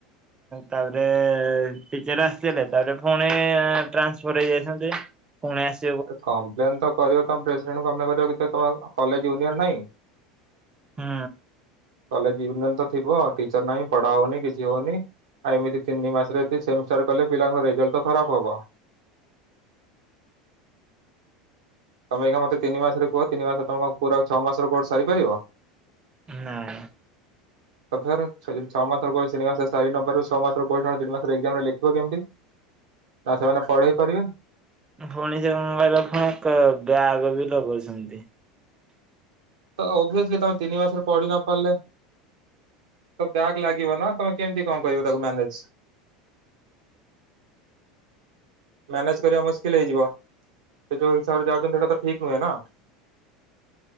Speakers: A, on the right; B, on the right.
A: ତାପରେ ଟିଚର ଆସିଥିଲେ ତାପରେ ପୁଣି ଟ୍ରାନ୍ସଫର ହେଇଯାଇଛନ୍ତି। ପୁଣି ଆସି
B: ଆରେ କମ୍ପ୍ଲେନ ତ କରିବ ତମ ପ୍ରେସିଡେଣ୍ଟ କମ୍ଲେନ କରିବ କି ତମ କଲେଜ ୟୁନିୟନ ନାଇଁ?
A: ହୁଁ।
B: କଲେ ୟୁନିଅନ ତ ଥିବ ଟିଚର ନାହିଁ ପଢା ହଉନି କିଛି ହଉନି। ଆଉ ଏମିତି ତିନି ମାସରେ ଯଦି ସେମିଷ୍ଟାର କଲେ ପିଲାଙ୍କ ରେଜଲ୍ଟ ତ ଖରାପ ହବ। ତମେ ଆଇଖା ମତେ ତିନ ମାସରେ କୁହ ତିିନି ମାସରେ ତମ କଣ ଛଅ ମାସର କୋର୍ସ ସାରିପାରିବ?
A: ନାଁଇ।
B: <unintelligible> ଛଅ ମାସ କୋର୍ସ ତିନି ମାସରେ ସାରି ନପାରିବୁ ଛଅ ମାସର ପଇସା ତିନି ମାସ ରେ ଏକ୍ଜାମ୍ ରେ ଲେଖିବ କେମିତି? ନା ସେମାନେ ପଢେଇ ପାରିବେ?
A: <unintelligible> ଏକ ବ୍ୟାଗ ବି ଲଗଉଛନ୍ତି।
B: ତ ଓଭଭିୟସଲି ତମେ ତିନି ମାସରେ ପଢି ନ ପାରିଲେ ତ ବ୍ୟାଗ୍ ଲାଗିବ ନା ତମେ କେମିତି କଣ କହିବ ତାକୁ ମ୍ୟାନେଜ? ମ୍ୟାନେଜ୍ କରିବା ମୁସ୍କିଲ ହେଇଯିବ ସେ ଯୋଉ ହିସାବରେ ଯାଉଛନ୍ତି ସେଇଟା ତ ଠିକ ନୁହେଁ ନା।